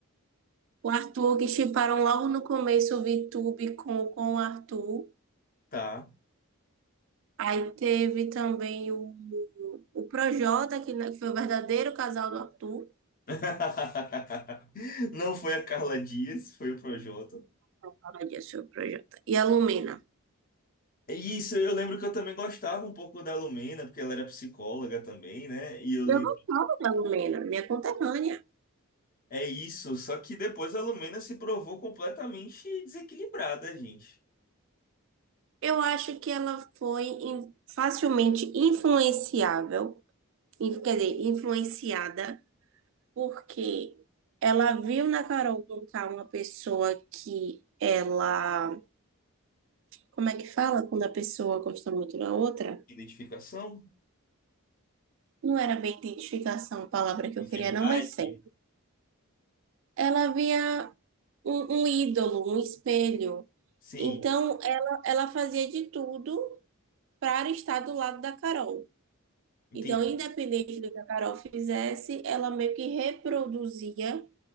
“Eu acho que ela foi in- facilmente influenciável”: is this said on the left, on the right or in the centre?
Right